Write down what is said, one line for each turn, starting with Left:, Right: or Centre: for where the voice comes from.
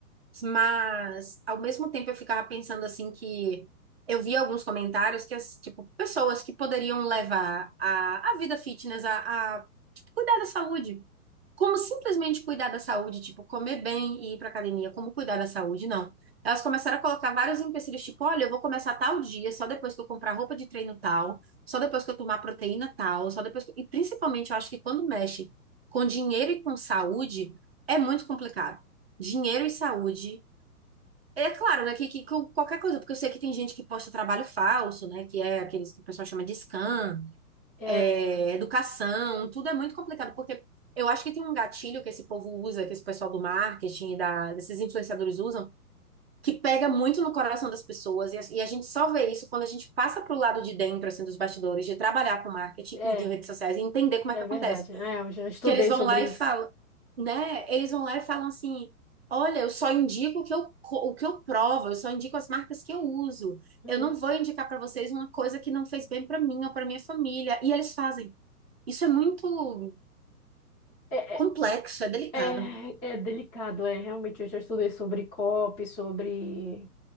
Right: Mas, ao mesmo tempo, eu ficava pensando assim que eu via alguns comentários que, as, tipo, pessoas que poderiam levar a, a vida fitness a, a, tipo, cuidar da saúde como simplesmente cuidar da saúde, tipo comer bem e ir para academia, como cuidar da saúde, não. Elas começaram a colocar vários empecilhos, tipo, olha, eu vou começar tal dia, só depois que eu comprar roupa de treino tal, só depois que eu tomar proteína tal, só depois que... E principalmente, eu acho que quando mexe com dinheiro e com saúde, é muito complicado. Dinheiro e saúde. É claro, né, que, que com qualquer coisa, porque eu sei que tem gente que posta trabalho falso, né, que é aqueles que o pessoal chama de scam,
Left: É,
Right: é, educação, tudo é muito complicado, porque eu acho que tem um gatilho que esse povo usa, que esse pessoal do marketing, e da, desses influenciadores usam, que pega muito no coração das pessoas, e a, e a gente só vê isso quando a gente passa pro lado de dentro, assim, dos bastidores, de trabalhar com marketing
Left: é,
Right: e de redes sociais, e entender como
Left: é
Right: é que acontece.
Left: verdade. É, eu já estudei
Right: Que eles vão
Left: sobre
Right: lá e
Left: isso.
Right: falam, né? Eles vão lá e falam assim, Olha, eu só indico o que eu, o que eu provo, eu só indico as marcas que eu uso.
Left: Uhum.
Right: Eu não vou indicar para vocês uma coisa que não fez bem para mim ou para minha família. E eles fazem. Isso é muito
Left: É,
Right: complexo,
Left: é,
Right: é delicado.
Left: é, é delicado, é. Realmente, eu já estudei sobre COP, sobre